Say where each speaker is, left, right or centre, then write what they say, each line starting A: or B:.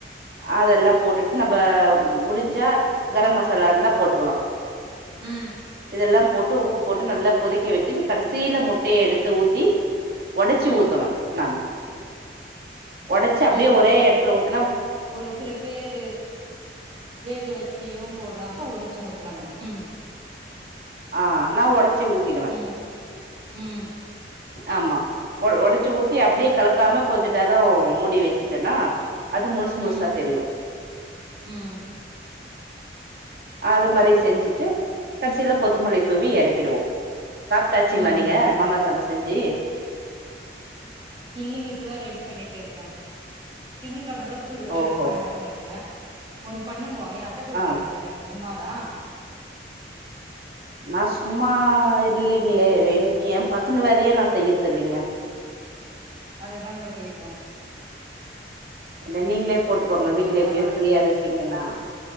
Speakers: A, on the right; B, on the right.
A: அதெல்லா போட்டுட்டு நம்ப முடிஞ்சா கர மசாலா இருந்தா போட்டுக்கலா
B: ம்
A: இதெல்லா போட்டு உப்பு போட்டு நல்லா கொதிக்க வச்சுட்டு கடசில முட்டைய எடுத்து ஊத்தி ஒடச்சு
B: ம்
A: ஊத்துவே நானு ஒடச்சு அப்டியே
B: ம்
A: ஒரே எடத்துல ஊத்
B: ஒரு சில பேரு வேக வச்சுயு போட்றாங்க ஒடச்சு ஊத் த்றாங்க உம்
A: ஆஹ் நா ஒடச்சு ஊத்திடுவே
B: ம் ம்
A: ஆமா ஒ ஒடச்சு ஊத்தி அப்டே கலக்காம கொஞ்ச நேர மூடி வச் வச்சுட்டேனா அது முழுசு முழுசா
B: ம்
A: தெரியு
B: ம்
A: அது மாறி செஞ்சுட்டு கட்சில கொத்தமல்லி தூவி எறக்கிடுவோ சாப்ட்டாச்சுங்ளா
B: ம்
A: நீங்க
B: ம்
A: மாங்காஸ் செஞ்சி
B: இல்லைங்க இப்பதா ரெடி பண்ணிட்டு இருக்கே திங்கக்கெழம் அதா ஸ்கூல் போய்ட்டு அப்டியே
A: ஓஹோ
B: புக்ஸ் வாங்கினு வர்லான் இருக்கே ஒன்னு பண்ணுங்கோ வேற அட்ட போட்த்தரீங்ளா
A: ஆ
B: நீங்க சும்மா தா
A: நா சும்மா இல்லிங்ளே எனுக்கு ஏ பசுங்க வேலுயே நா செய்யற்துல்லிங்க
B: அததாங்கோ கேட்ட
A: இல்ல நீங்ளே போட்டுக்கோங்க வீட்ல எப்டியு
B: வராது
A: ஃப்ரீயா இருப்பீங்கனா